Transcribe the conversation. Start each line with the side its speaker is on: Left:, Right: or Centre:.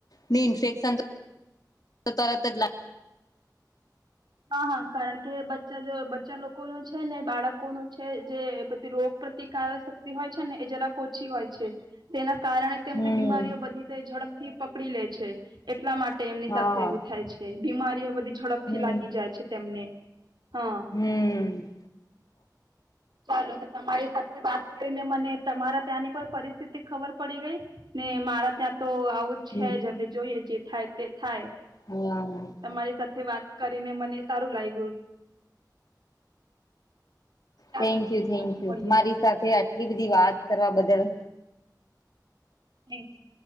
Left: મિ ઇન્ફેક્સન તો તરત જ લા
Right: હા હા કારણ કે બચ્ચા જો બચ્ચા લોકો નો છે ને બાળકો નો છે જે રોગ પ્રતિકારક શક્તિ હોય છે ને એ જરાક ઓછી હોય છે તેના કારણે તેમની
Left: હમ
Right: બીમારીઓ બધી ઝડપથી પકડી લે છે એટલા માટે એમની
Left: હા
Right: સાથે એવું થાય છે બીમારી એ બધી ઝડપથી
Left: હમ
Right: લાગી જાય છે તેમને હા
Left: હમ
Right: ચાલો તો તમારી સાથે વાત કરીને મને તમારા ત્યાંની પણ પરિસ્થિતિ ખબર પડી ગઈ ને મારા ત્યાં તો આવું જ
Left: હમ
Right: છે જ હવે જોઈએ જે થાય તે થાય
Left: હા
Right: તમારી સાથે વાત કરીને મને સારું લાગ્યું ચાલો
Left: થેન્ક
Right: તો આપણે
Left: યુ થેન્ક
Right: પાછું
Left: યુ
Right: મળીએ
Left: મારી સાથે આટલી બધી વાત કરવા બદલ
Right: થૅન્ક યુ